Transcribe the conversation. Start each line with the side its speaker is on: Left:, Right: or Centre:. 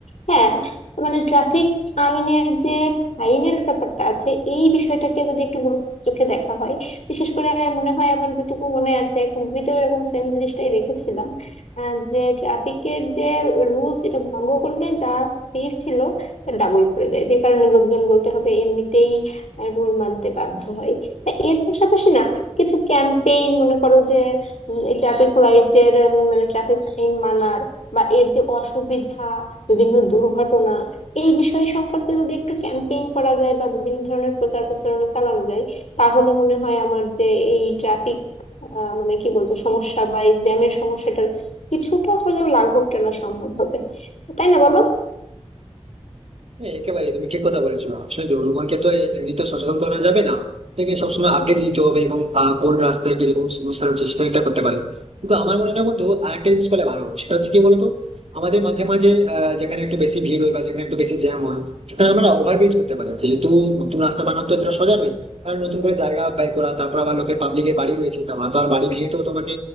Left: হ্যাঁ মানে ট্রাফিক আইনের যে ফাইনের ব্যাপারটা আছে এই বিষয়টাকে যদি একটু গুরুত্ব চোখে দেখা হয় বিশেষ করে মনে হয় আমার যেটুকু মনে আছে একটা মুভিতে এরকম সেম জিনিসটাই দেখেছিলাম আহ, যে ট্রাফিকের যে রুলস এটা ভঙ্গ করলে যা ফি ছিল ডাবল করে দেয় যে কারণে লোকজন বলতে হবে এমনিতেই রুল মানতে বাধ্য হয় তা এর পাশাপাশি না কিছু ক্যাম্পেইন মনে করো যে ট্রাফিক লাইটের মানে ট্রাফিক আইন মানার বা এর যে অসুবিধা বিভিন্ন দুর্ঘটনা এই বিষয় সম্পর্কে যদি একটু ক্যাম্পেইন করা যায় বা বিভিন্ন ধরনের প্রচার প্রচারণা চালানো যায় তাহলে মনে হয় আমার যে এই ট্রাফিক মানে কি বলবো সমস্যা বা এই জ্যামের সমস্যাটার কিছুটা হলেও লাঘব টানা সম্ভব হবে তাই না বলো
Right: হ্যাঁ একেবারেই তুমি ঠিক কথা বলেছো আসলে জনগণকে তো এ- এমনিতে সচেতন করা যাবে না তাকে সবসময় আপডেট দিতে হবে এবং আহ, কোন রাস্তায় কিরকম সমস্যা হচ্ছে সেটা একটা করতে পারে কিন্তু আমার মনে হয় না বন্ধু আরেকটা জিনিস করলে ভালো হয় সেটা হচ্ছে কি বলতো আমাদের মাঝে মাঝে আহ, যেখানে একটু বেশি ভিড় হয় বা যেখানে একটু বেশি জ্যাম হয় সেখানে আমরা ওভারব্রিজ করতে পারি যেহেতু নতুন রাস্তা বানানো তো এটা সোজা নয় কারণ নতুন করে জায়গা বের করা তারপর আবার লোকের পাবলিকের বাড়ি রয়েছে তোমরা তো আর বাড়ি ভেঙে তো তোমাকে